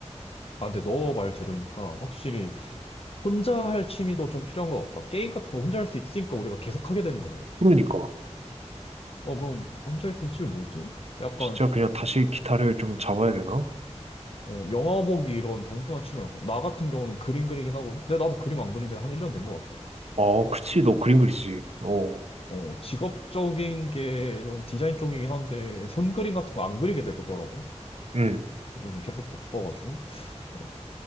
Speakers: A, on the left; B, on the right.
A: 아, 근데 너 말 들으니까 확실히 혼자 할 취미도 좀 필요한 것 같다. 게임 같은 거 혼자 할 수 있으니까 우리가 계속 하게 되는 거잖아.
B: 그러니까.
A: 어, 그럼 혼자 할 수 있는 취미 뭐 있지? 약간
B: 진짜 그냥 다시 기타를 좀 잡아야 되나?
A: 어, 영화 보기 이런 단순한 취미 말고. 나 같은 경우는 그림 그리긴 하고. 근데 나도 그림 안 그린 지 한 1년 된 것 같아.
B: 어, 그치, 너 그림 그리지. 어,
A: 어, 직업적인 게 좀 디자인 쪽이긴 한데, 손그림 같은 거 안 그리게 되더라고.
B: 응,
A: 요즘 계속 바빠가지고. 어,